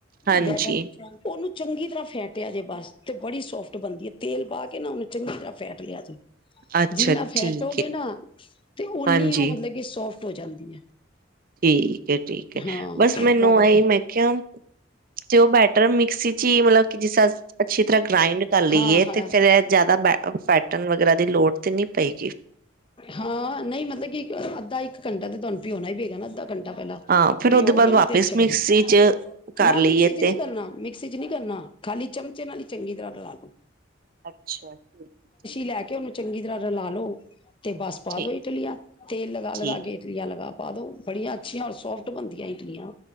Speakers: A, on the right; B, on the left.
A: ਹਾਂਜੀ
B: ਬੈਟਰ ਚੰਗੀ ਤਰ੍ਹਾਂ ਫੈਟਿਆ ਜੇ ਬਸ ਤੇ ਬੜੀ ਸੋਫਟ ਬਣਦੀ ਹੈ ਤੇਲ ਪਾ ਕੇ ਨਾ ਉਹਨੂੰ ਚੰਗੀ ਤਰ੍ਹਾਂ ਫੈਟ ਲਿਆ ਜੇ।
A: ਅੱਛਾ
B: ਜਿੰਨਾ ਫੈਟੋਗੇ
A: ਠੀਕ ਹੈ
B: ਨਾ ਤੇ ਉਹ ਓਨੀ
A: ਹਾਂਜੀ
B: ਉਹ ਮਤਲਬ ਕਿ ਸੋਫਟ ਹੋ ਜਾਂਦੀ ਹੈ।
A: ਠੀਕ ਹੈ ਠੀਕ ਹੈ
B: ਹਾਂ
A: ਬਸ ਮੈਨੂੰ
B: ਤਾਂ ਕਰਕੇ
A: ਇਹੀ ਮੈਂ ਕਿਹਾ ਤੇ ਉਹ ਬੈਟਰ ਮਿਕਸੀ ਚ ਹੀ ਮਤਲਬ ਕਿ ਜਿਸ ਤਾ ਅੱਛੀ ਤਰ੍ਹਾਂ ਗ੍ਰਾਇੰਡ ਕਰ ਲਈਏ
B: ਹਾਂ ਹਾਂ
A: ਤੇ ਫੇਰ ਜਿਆਦਾ ਬੈਟਰ ਫੈਟਨ ਵਗੈਰਾ ਦੀ ਲੋੜ ਤੇ ਨਹੀਂ ਪਈ।
B: ਹਾਂ ਨਹੀਂ ਮਤਲਬ ਕਿ ਅ ਅੱਧਾ ਇੱਕ ਘੰਟਾ ਤੇ ਤੁਹਾਨੂੰ ਬੀਉਣਾ ਪਏਗਾ ਅੱਧਾ ਘੰਟਾ ਪਹਿਲਾਂ
A: ਹਾਂ ਫਿਰ
B: ਪਿਓਗੇ
A: ਉਹਦੇ ਬਾਅਦ ਵਾਪਿਸ
B: ਨਾ ਤੇ ਅੱਛਾ
A: ਮਿਕਸੀ
B: ਬਣੇਗਾ।
A: ਚ ਕਰ
B: ਨਾ
A: ਲਈਏ
B: ਮਿਕਸੀ ਚ
A: ਤੇ
B: ਨਹੀਂ ਕਰਨਾ ਮਿਕ ਸੀ ਚ ਨਹੀਂ ਕਰਨਾ। ਖਾਲੀ ਚਮਚੇ ਨਾਲ ਹੀ ਚੰਗੀ ਤਰ੍ਹਾਂ ਰਲਾ ਲੋ।
A: ਅੱਛਾ ਠੀਕ ਠੀਕ
B: ਲੈ ਕੇ
A: ਹੈ।
B: ਉਹਨੂੰ ਚੰਗੀ ਤਰ੍ਹਾਂ ਰਲਾ ਲਓ ਤੇ ਬਸ ਪਾ
A: ਠੀਕ
B: ਦੋ ਇਟਲੀਆਂ ਤੇਲ ਲਗਾ ਲਗਾ
A: ਠੀਕ
B: ਕੇ ਇਟਲੀਆਂ ਲਗਾ ਪਾ ਦਓ ਬੜੀਆਂ ਅੱਛੀਆਂ ਔਰ ਸੋਫਟ ਬਣਦੀਆਂ ਇਟਲੀਆਂ।